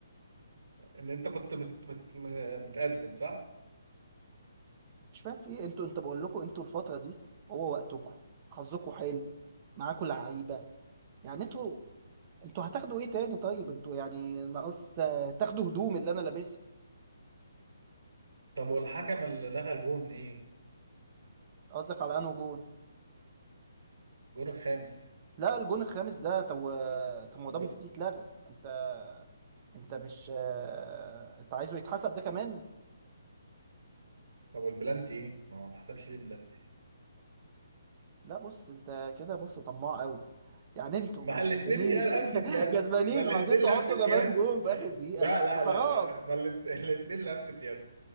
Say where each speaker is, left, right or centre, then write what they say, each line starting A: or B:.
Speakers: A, on the right; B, on the right.
A: ان انت كنت مت... مت... م- متقدم صح
B: مش فاهم في إيه. انتوا انت بقول لكم انتوا الفتره دي هو وقتكم حظكم حلو معاكم لعيبه يعني انتوا انتوا هتاخدوا ايه تاني طيب انتوا يعني ناقص آه، تاخدوا هدوم اللي انا لابسها
A: طب والحكم اللي لغى الجون ايه
B: قصدك على انه جون
A: الجون الخامس
B: لا الجون الخامس ده طب و- طب ما
A: و...
B: هو ده المفروض يتلغى انت انت مش آه، انت عايزه يتحسب ده كمان
A: طب والبلانتي ايه ما هو ما اتحسبش ليه البلانتي
B: لا بص انت كده بص طماع قوي يعني انتوا
A: ما الاتنين
B: كسبانين
A: يا لمسة يد
B: كسبانين
A: ما الاتنين
B: وبعدين
A: لمسة
B: تحطوا
A: يد
B: كمان جون في اخر دقيقه
A: لا لا
B: حرام
A: لا لا لا ما الات- الاتنين لمسة يد